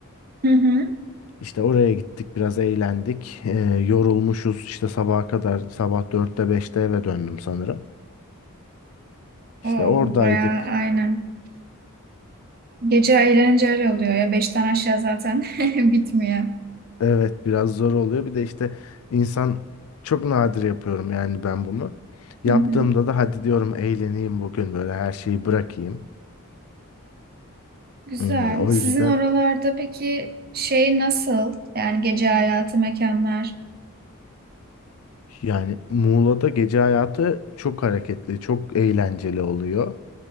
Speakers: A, on the right; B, on the left.
A: Hı hı.
B: İşte oraya gittik, biraz eğlendik. Ee, yorulmuşuz işte sabaha kadar. Sabah dörtte beşte eve döndüm sanırım. İşte
A: Oo,
B: oradaydık.
A: bayağı aynen. Gece eğlenince öyle oluyor ya. Beşten aşağı zaten <laughs> bitmiyor.
B: Evet biraz zor oluyor. Bir de işte insan çok nadir yapıyorum yani ben bunu. Yaptığımda
A: Hı hı.
B: da hadi diyorum eğleneyim bugün böyle her şeyi bırakayım.
A: Güzel.
B: Hmm, o
A: Sizin
B: yüzden
A: oralarda peki şey nasıl? Yani gece hayatı mekanlar.
B: yani Muğla'da gece hayatı çok hareketli, çok eğlenceli oluyor.